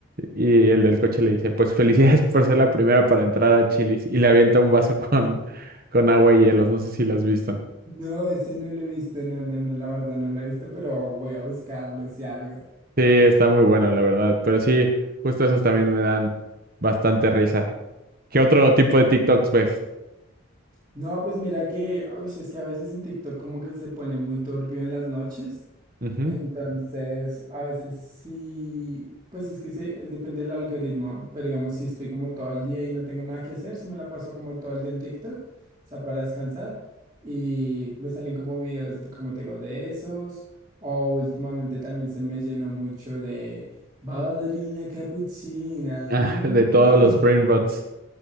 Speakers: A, on the right; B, on the right.
A: Y el del coche le dice, pues felicidades por ser la primera para entrar a Chili's. Y le avienta un vaso con, con agua y hielos. No sé si lo has visto.
B: No, ese no lo he visto. No, no, no, la verdad no lo he visto, pero voy a buscarlo si algo.
A: Sí, está muy bueno, la verdad. Pero sí, justo esos también me dan bastante risa. ¿Qué otro tipo de TikToks ves?
B: No, pues mira que, uy, es que a veces en TikTok como que se pone muy turbio en las noches.
A: Ujú.
B: Entonces, a veces sí, pues es que se, es- depende del algoritmo, pero digamos, si estoy como todo el día y no tengo nada que hacer, si me la paso como todo el día en TikTok, o sea, para descansar, y me salen como videos, de- como te digo, de esos, o últimamente también se me llenó mucho de ballerina capuchina,
A: Ah,
B: mi, mi,
A: de
B: mi, mi,
A: todos los
B: mi".
A: brain rots,